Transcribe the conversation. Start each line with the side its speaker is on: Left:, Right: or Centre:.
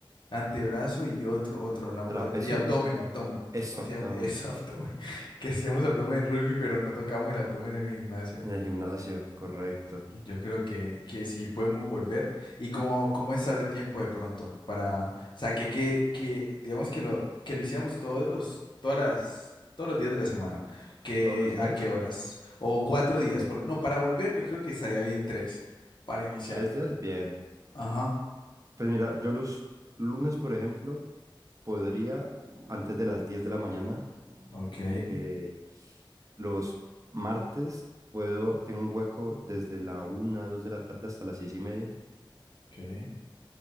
Left: antebrazo y otro, otro, hablamos
Right: trapecio,
Left: de otro. Y abdomen, abdomen,
Right: eso,
Left: que no hacíamos,
Right: abdomen.
Left: eso, <laughs> abdomen, que hacíamos abdomen en rugby, pero no tocamos el abdomen en el gimnasio.
Right: En el gimnasio, correcto.
Left: Yo creo que, que sí podemos volver. ¿Y cómo, cómo estás de tiempo de pronto? Para, o sea, que, que, que digamos que lo, que lo hiciéramos todos los, todas las, todos los días de la semana. que
Right: Todos los días,
Left: a qué horas? O cuatro días. por- no, para volver yo creo que estaría bien tres para iniciar.
Right: tres días, bien.
Left: Ajá.
Right: Pues mira, yo los lunes, por ejemplo, podría, antes de las 10 de la mañana,
Left: Ok,
Right: que Los martes puedo, tengo un hueco desde la una 2 de la tarde hasta las 6 y media.
Left: ok.